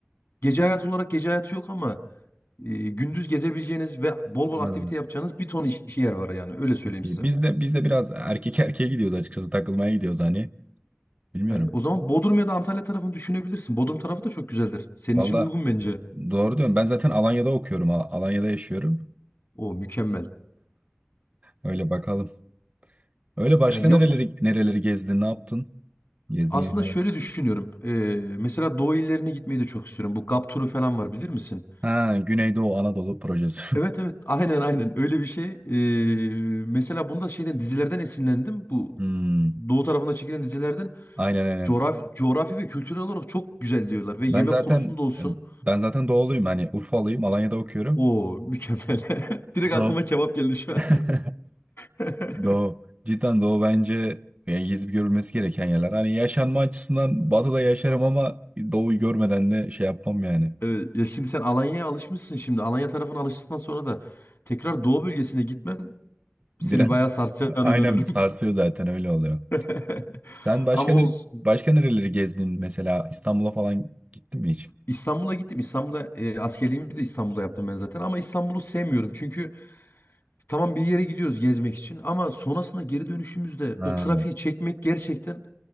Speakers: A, on the left; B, on the right.
A: gece hayatı olarak gece hayatı yok ama e, gündüz gezebileceğiniz ve bol
B: Ha,
A: bol aktivite yapacağınız bir ton iş, iş yer var yani. Öyle söyleyeyim
B: çok iyi.
A: size.
B: Biz de biz de biraz erkek <laughs> erkeğe gidiyoruz açıkçası takılmaya gidiyoruz hani. Bilmiyorum.
A: Yani o zaman Bodrum ya da Antalya tarafını düşünebilirsin. Bodrum tarafı da çok güzeldir. Senin
B: Valla
A: için uygun bence.
B: doğru diyorum. Ben zaten Alanya'da okuyorum. Al- Alanya'da yaşıyorum.
A: O mükemmel.
B: Öyle bakalım. Öyle başka
A: Yani yoksa
B: nereleri nereleri gezdin, ne yaptın? Gezdiğin
A: aslında
B: yerler.
A: şöyle
B: var.
A: düşünüyorum. Ee, mesela Doğu illerine gitmeyi de çok istiyorum. Bu GAP turu falan var bilir misin?
B: Ha, Güneydoğu Anadolu projesi.
A: Evet
B: <laughs>
A: evet <laughs> aynen aynen öyle bir şey. Ee, mesela bunda şeyden dizilerden esinlendim. Bu
B: Hmm,
A: Doğu tarafında çekilen dizilerden
B: aynen aynen.
A: coğrafi, coğrafi ve kültürel olarak çok güzel diyorlar. Ve
B: Ben
A: yemek
B: zaten
A: konusunda olsun.
B: ben zaten doğuluyum. Hani Urfalıyım. Alanya'da okuyorum.
A: O mükemmel. <laughs> Direkt
B: Doğu.
A: aklıma kebap geldi şu an.
B: <laughs>
A: <laughs>
B: Doğu. Cidden Doğu bence yani gezip görülmesi gereken yerler. Hani yaşanma açısından Batı'da yaşarım ama Doğu'yu görmeden de şey yapmam yani.
A: Evet, ya şimdi sen Alanya'ya alışmışsın şimdi. Alanya tarafına alıştıktan sonra da tekrar Doğu bölgesine gitmem seni
B: Biraz
A: bayağı sarsacağına
B: <laughs> aynen
A: inanıyorum.
B: sarsıyor zaten öyle oluyor.
A: <laughs>
B: Sen başka
A: Ama olsun.
B: ne- başka nereleri gezdin mesela İstanbul'a falan gittin mi hiç?
A: İstanbul'a gittim. İstanbul'a e, askerliğimi de İstanbul'da yaptım ben zaten. Ama İstanbul'u sevmiyorum. Çünkü tamam bir yere gidiyoruz gezmek için. Ama sonrasında geri dönüşümüzde
B: Ha.
A: o trafiği çekmek gerçekten